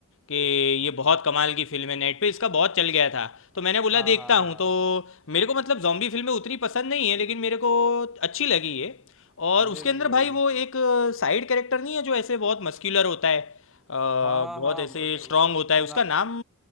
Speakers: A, on the left; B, in the centre.
A: कि ये बहुत कमाल की फिल्म है नेट पे इसका बहुत चल गया था तो मैंने बोला
B: हाँ
A: देखता
B: हाँ हाँ
A: हूँ तो मेरे को मतलब जॉम्बी फिल्में उतनी पसंद नहीं है लेकिन मेरे को अच्छी लगी ये और
B: मुझे
A: उसके
B: भी
A: अंदर
B: वही
A: भाई वो एक साइड कैरेक्टर नहीं है जो ऐसे बहुत मस्क्यूलर होता है अ,
B: हाँ हाँ
A: बहुत
B: हाँ
A: ऐसे
B: उस,
A: स्ट्रांग होता
B: उसका
A: है उसका
B: ना
A: नाम